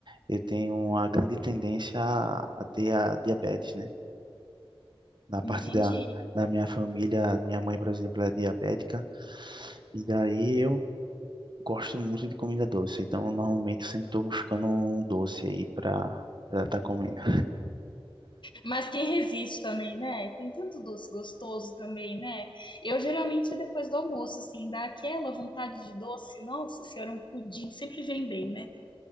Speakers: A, on the right; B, on the left.
A: eu tenho uma grande tendência a, a ter a diabetes, né? Da parte
B: entendi.
A: da, da minha família, minha mãe, por exemplo, é diabética, e daí eu gosto muito de comida doce, então normalmente eu sempre estou buscando um doce aí para para estar comendo.
B: Mas quem resiste também, né? Tem tanto doce gostoso também, né? Eu geralmente é depois do almoço, assim, dá aquela vontade de doce. Nossa senhora, um pudim sempre vem bem, né?